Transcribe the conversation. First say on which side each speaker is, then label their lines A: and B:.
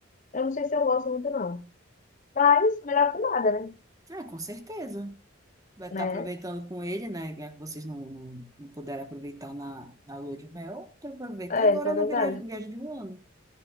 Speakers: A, on the left (about 35°); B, on the right (about 15°).
A: eu não sei se eu gosto muito, não. Mas melhor que nada, né?
B: Ah, com certeza. Vai estar
A: Né?
B: aproveitando com ele, né? Já que vocês não, não, não puderam aproveitar na, na lua de mel, então aproveita
A: É,
B: agora
A: isso é
B: na
A: verdade.
B: viragem- viagem de um ano.